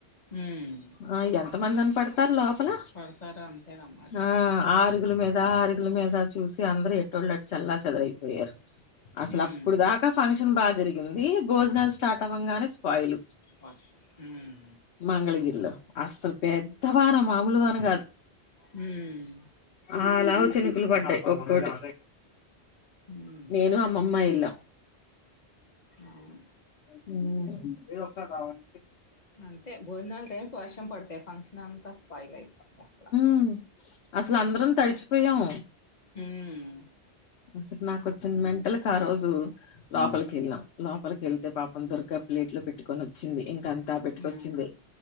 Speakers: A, on the left; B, on the left.
A: ఉమ్
B: ఆ ఎంతమంది అని పడతారు లోపల
A: పడతారు అంతేగా మరి
B: ఆ ఆరుగుల మీద దా అరుగుల మీద చూసి అందరు ఎటోల్లు అటు చల్లా చదరైపోయారు అసలు
A: ఉమ్
B: అప్పుడు దా క ఫంక్షన్ బాగా జరిగింది భోజనాలు స్టార్ట్ అవ్వంగానే స్పాయిల్
A: వర్షం ఉమ్
B: మంగళగిరిలో అసలు పెద్దవాన మామూలు వాన కాదు
A: మ్మ్
B: ఆ లావు చినుకులు పడ్డాయి ఒక్కోటి
A: ఉమ్
B: నేను అమ్మమ్మ ఎల్లామ్
A: అవును
B: మ్మ్ మ్మ్
A: అంతే భోజనాలు టైమ్ కి వర్షం పడతాయి ఫంక్షన్ అంతా స్పాయిల్ అయిపోద్ది అసల
B: మ్మ్ అసలు అందరం తడిచిపోయాము
A: మ్మ్
B: అసలు నాకు వచ్చిన మెంటల్ కి ఆ రోజు లోపలికి వెళ్ళాం లో లోపలకి వెళ్తే పాపం దుర్గ ప్లేట్ లో పెట్టుకుని వచ్చింది ఇంకా ద పెట్టుకొచ్చింది
A: ఉమ్